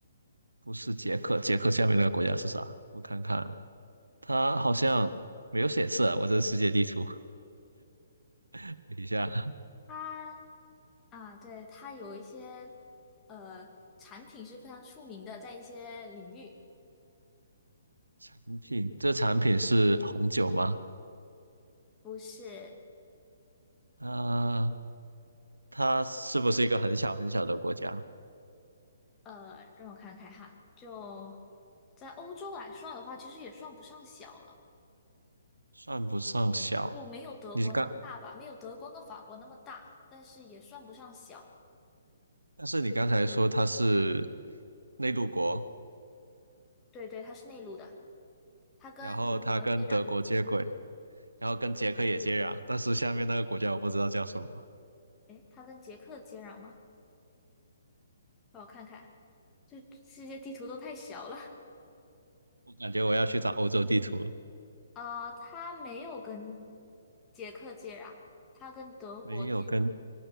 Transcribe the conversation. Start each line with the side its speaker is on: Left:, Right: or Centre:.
Right: 不是捷克，捷克下面那个国家是啥？我看看，它好像没有显示啊，我这世界地图，<laughs> 等一下。
Left: 它。啊，对，它有一些呃产品是非常出名的，在一些领域，
Right: 产品，这产品是红酒吗？
Left: 不是
Right: 啊、它是不是一个很小很小的国家？
Left: 呃，让我看看哈，就在欧洲来算的话，其实也算不上小了，
Right: 算不上小。
Left: 就没有德国那么大吧，
Right: 你刚，
Left: 没有德国跟法国那么大，但是也算不上小。
Right: 但是你刚才说它是内陆国，
Left: 对对，它是内陆的，它跟德国接壤，
Right: 然后它跟德国接轨，然后跟捷克也接壤，但是下面那个国家我不知道叫什么，
Left: 诶，它跟捷克接壤吗？让我看看，这世界地图都太小了
Right: 我感觉我要去找欧洲地图了。
Left: 啊 <laughs>，它没有跟捷克接壤。它跟德国接
Right: 没有跟，